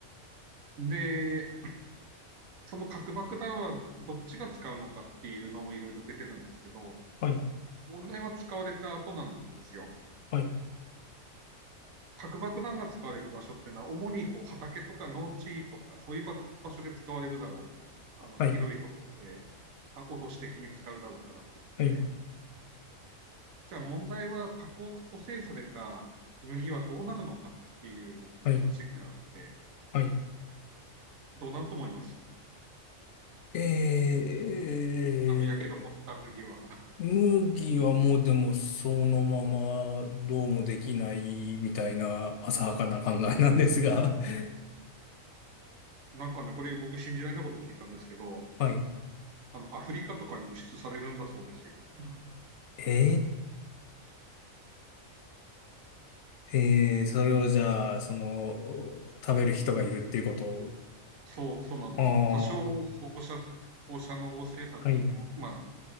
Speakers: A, on the right; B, on the left.
A: で、その核爆弾はどっちが使うのかっていうのもいろいろ出てるんですけど、
B: はい、
A: 問題は使われた後なんですよ。
B: はい、
A: 核爆弾が使われる場所ってのは、主にこう畑とか農地とか、そういうば場所で使われるだろうと。あの、
B: はい、
A: 広いところで、
B: はい、
A: あ落とし的に使うだろうからっていうことで。
B: はい、
A: じゃあ問題は、核汚染された麦はどうなるのかっていう話があって、
B: はい、はい。
A: どうなると思います
B: えー
A: あの、焼け残った麦は。<laughs>
B: 麦はもうでもそのままどうもできないみたいな浅はかな考えなんですが。<laughs>
A: なんかね、これ僕信じられないこと聞いたんですけど、
B: はい。
A: あの、アフリカとかに輸出されるんだそうですよ。<laughs>
B: えー、えー、それをじゃあ、その、食べる人がいるっていうことを。
A: そう、そうなんですよ。
B: ああ、
A: 多少放射、放射能汚染されてても、
B: はい、
A: まあ、